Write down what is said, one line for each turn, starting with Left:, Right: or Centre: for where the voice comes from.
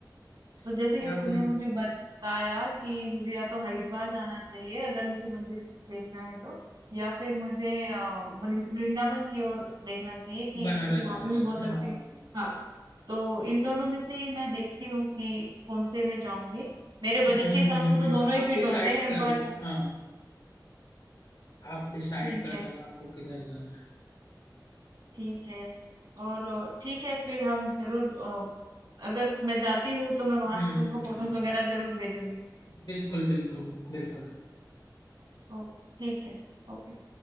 Right: तो जैसे
Left: है कि
Right: कि
Left: आप
Right: तुमने मुझे बताया कि मुझे या तो हरिद्वार जाना चाहिए अगर मुझे मंदिर देखना है तो या फिर मुझे अ, वृं- वृंदावन की ओर देखना चाहिए कि
Left: बनारस
Right: क्योंकि वहां
Left: जाना
Right: पे
Left: चाहिए
Right: भी बहुत अच्छे
Left: हाँ हाँ हाँ।
Right: हाँ तो इन दोनों में से ही मैं देखती हूँ कि कौन से मैं जाऊंगी मेरे बजट
Left: हम्म
Right: के हिसाब
Left: हम्म
Right: से तो
Left: हम्म
Right: दोनों ही
Left: आप
Right: फिट
Left: डिसाइड
Right: होते हैं
Left: कर
Right: बट
Left: लो हाँ आप डिसाइड
Right: ठीक
Left: कर
Right: है
Left: लेना आपको किधर जाना है
Right: ठीक है और अ, ठीक है फिर हम जरूर अ, अगर मैं जाती हूँ तो मैं वहां
Left: हम्म
Right: से तुमको
Left: हम्म
Right: फोटोज
Left: हम्म
Right: वगैरह जरूर भेजूंगी
Left: बिल्कुल बिल्कुल बिल्कुल
Right: ओ ठीक है ओके